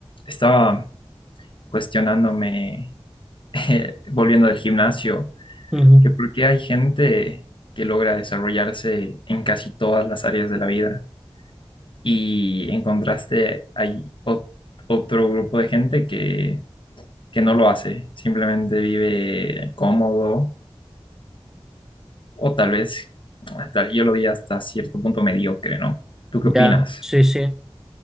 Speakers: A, on the left; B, in the centre.
A: estaba cuestionándome, <laughs> eh, volviendo del gimnasio,
B: Ujú,
A: que por qué hay gente que logra desarrollarse en casi todas las áreas de la vida y en contraste hay o- otro grupo de gente que, que no lo hace, simplemente vive cómodo o tal vez, hasta, yo lo diría hasta cierto punto mediocre, ¿no? ¿Tú
B: Ya,
A: qué opinas?
B: sí, sí.